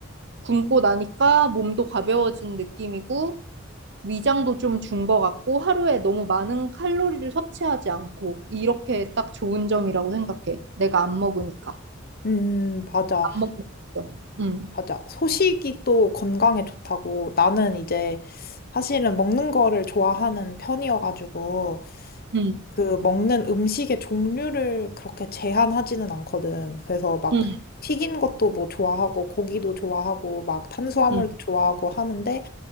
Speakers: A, on the right; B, on the left.
A: 굶고 나니까 몸도 가벼워진 느낌이고, 위장도 좀 준 것 같고 하루에 너무 많은 칼로리를 섭취하지 않고 이렇게 딱 좋은 점이라고 생각해. 내가 안 먹으니까.
B: 음, 맞아.
A: 안 먹고 있어. 응,
B: 맞아. 소식이 또 건강에 좋다고. 나는 이제 사실은 먹는 거를 좋아하는 편이어가지고.
A: 응,
B: 그 먹는 음식의 종류를 그렇게 제한하지는 않거든. 그래서 막
A: 응,
B: 튀긴 것도 뭐 좋아하고 고기도 좋아하고 막 탄수화물도
A: 응,
B: 좋아하고 하는데